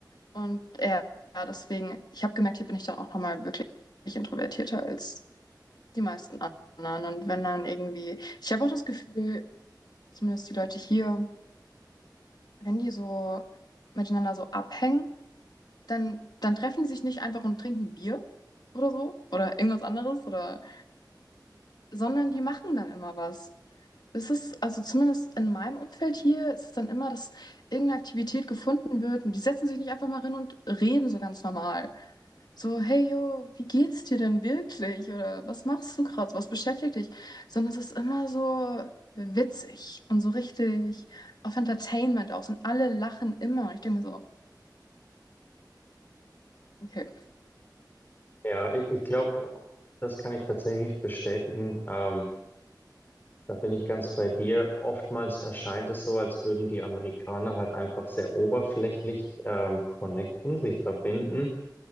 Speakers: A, on the left; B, on the left.
A: Und ja, ja, deswegen, ich habe gemerkt, hier bin ich dann auch nochmal wirklich introvertierter als die meisten anderen. Und wenn dann irgendwie, ich habe auch das Gefühl, zumindest die Leute hier, wenn die so miteinander so abhängen, dann, dann treffen die sich nicht einfach und trinken Bier oder so oder irgendwas anderes oder, sondern die machen dann immer was. Das ist, also zumindest in meinem Umfeld hier, ist es dann immer, dass irgendeine Aktivität gefunden wird und die setzen sich nicht einfach mal hin und reden so ganz normal. So, hey yo, wie geht's dir denn wirklich? Oder was machst du gerade? Was beschäftigt dich? Sondern es ist immer so witzig und so richtig auf Entertainment aus und alle lachen immer. Und ich denke mir so, okay,
B: Ja, ich, ich glaube, das kann ich tatsächlich bestätigen. Ähm, da bin ich ganz bei dir. Oftmals erscheint es so, als würden die Amerikaner halt einfach sehr oberflächlich ähm, connecten, sich verbinden.